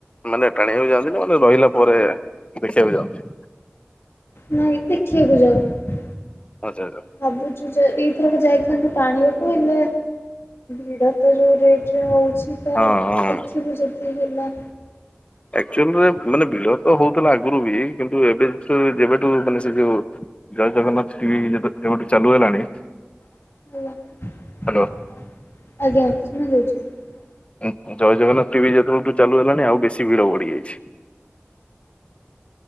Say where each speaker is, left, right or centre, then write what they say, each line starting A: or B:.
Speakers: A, on the left; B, on the left.
A: ମାନେ ଟାଣିବାକୁ ଯାଆନ୍ତି ନା ମାନେ ରହିଲା ପରେ ଦେଖିବାକୁ ଯାଆନ୍ତି।
B: ନାଇଁ ଦେଖିବାକୁ ଯାଉ,
A: ଆଚ୍ଛା ଆଚ୍ଛା
B: ଭାବୁଛୁ ଯେ ଏଇଥରକ ଯାଇଥାନ୍ତୁ ଟାଣିବାକୁ ହେଲେ ଭିଡ ତ ଯୋଉ ରେଟରେ ହଉଛି। ତ
A: ହଁ ହଁ।
B: ଦେଖିବୁ ଯଦି ହେଲା।
A: ଆକ୍ଚୁଆଲରେ ମାନେ ଭିଡ ତ ହଉଥିଲା ଆଗରୁ ବି, କିନ୍ତୁ ଏବେ <inaudible> ଯେବେଠୁ ମାନେ ସେ ଯୋଉ ଜୟ ଜଗନ୍ନାଥ ଟିଭି ଯେ ଯେବେଠୁ ଚାଲୁ ହେଲାଣି
B: ଆଜ୍ଞା, ଆଜ୍ଞା
A: ହ୍ୟାଲୋ
B: ଶୁଣା ଯାଉଛି।
A: ଉଁ ଜୟ ଜଗନ୍ନାଥ ଟିଭି ଯେତେବେଳେଠୁ ଚାଲୁ ହେଲାଣି ଆଉ ବେଶୀ ଭିଡ ବଢି ଯାଇଛି।